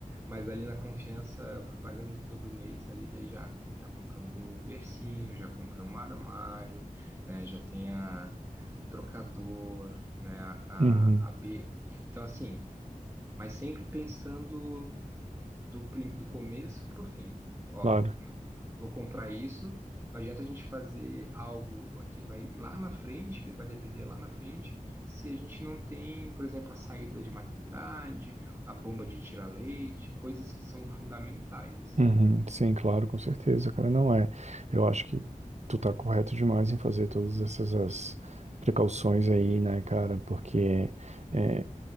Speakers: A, on the right (about 20°); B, on the right (about 50°).
A: mas ali na confiança, eu fui pagando todo mês ali, daí já, já compramos o bercinho, já compramos um armário, né? Já tem a, o trocador, né? A,
B: uhum,
A: a, a B. Então, assim, mas sempre pensando do, prim- do começo para o fim. Ó,
B: Claro.
A: n- eu vou comprar isso. Não adianta a gente fazer algo que vai lá na frente, que vai depender lá na frente, se a gente não tem, por exemplo, a saída de maternidade, a bomba de tirar leite, coisas que são fundamentais, assim.
B: uhum. Sim, claro, com certeza, cara. Não é. Eu acho que tu tá correto demais em fazer todas essas as precauções aí, né, cara? Porque é,